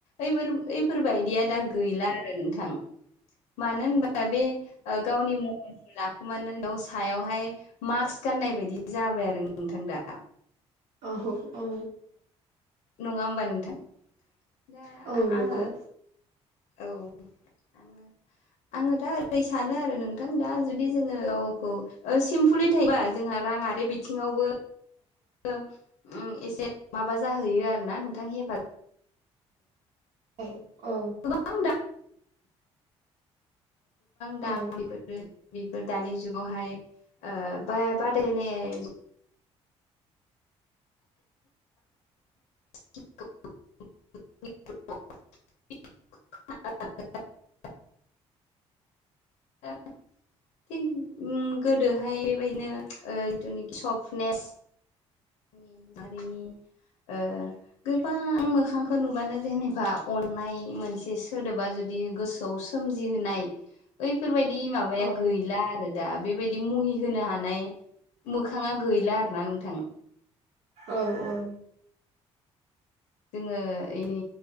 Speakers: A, on the left (about 85°); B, on the right (about 85°).
A: ओइफोर बायदिया दा गैला आरो नोंथां। मानो होनबा बे गावनि महर लाखुमानो दा सायावहाय मास्क गाननाय बायदि जाबाय आरो नोंथां दा।
B: औ औ।
A: नङा होमबा नोंथां। दा
B: औ
A: आङो
B: नंगौ
A: औ। आङो आङो दा ओरै सानो आरो नोंथां दा जुदि जोङो गावखौ ओ सिम्पोलै थायोबा जोंहा राङारि बिथिङावबो ओ ओम एसे माबा जाहैयो आरो ना नोंथां हेफाजाब
B: औ औ।
A: <unintelligible> गोबां
B: औ
A: दा बेबायदिनो बेफोर दानि जुगावहाय ओ बा बादायलायनाय <unintelligible> <unintelligible> <unintelligible> थिग गोदोहाय बेबायदिनो इलेक्ट्रनिक सफ्टनेस जोंनि बारिनि ओ गोबां मोखांखौ नुबानो जेनेबा अननाय मोनसे सोदोबा जुदि गोसो खौ सोमजिहोनाय ओइफोरबायदि माबाया
B: औ
A: गैला दा बेबायदि मुहि होनो हानाय मोखाङा गैला आरो ना नोंथां।
B: औ औ।
A: जोङो इनि